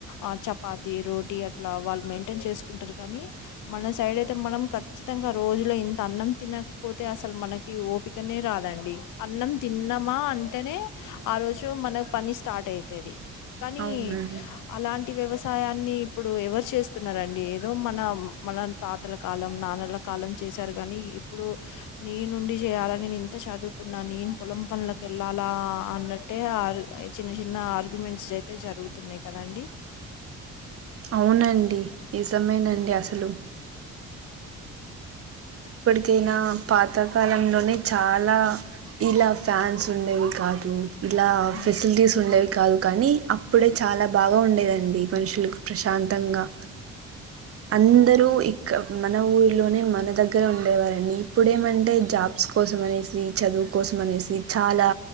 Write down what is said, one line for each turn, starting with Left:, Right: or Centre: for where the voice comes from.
Left: ఆ చపాతి, రోటీ అట్ ట్లా వాళ్ళు మెయింటైన్ చేసుకుంటరు. కానీ మన సైడ్ అయితే మనం ఖచ్చితంగా రోజులో ఇంత అన్నం తిన నాక్ పోతే అసలు మనకి ఓపికనే రాదండి. అన్నం తిన్నామా అంటనే ఆ రోజు మనక్ పని స్టార్ట్ అయితది. కానీ
Right: అవునండి
Left: అలాంటి వ్యవసాయాన్నిప్ ఇప్పుడు ఎవరు చేస్తున్నారండి. ఏదో మనం మనం తాతల కాలం, నాన్నల కాలం చేశారు కానీ ఇప్పుడు నీ నుండి చేయాల నీన్ ఇంత చదువుకున్నా, నేను పొలం పనులకు ఏళ్ళలా అని రాటే ఆర్ ఆ చిన్న చిన్న ఆర్గ్యుమెంట్స్ అయితే జరుగుతున్నయి కదాండి.
Right: అవునండి, నిజమేనండి. అసలు కీనా పాతకాలంలోనే చాలా ఇలా ఫ్యాన్స్ ఉండేవి కాద్. తు ఇలా
Left: ఆ
Right: ఫెసిలిటీస్ ఉండేవి కాదు. కానీ అప్పుడే చాలా బాగా ఉండేదండి. మనుషులకు ప్రశాంతంగా. అందరూ ఇక్కా మన ఊల్ లోనే మన దగ్గర ఉండేవారండి. ఇప్పుడేమంటే జాబ్స్ కు కోసం అనేసి, చదువు కోసం అనేసి, చాలా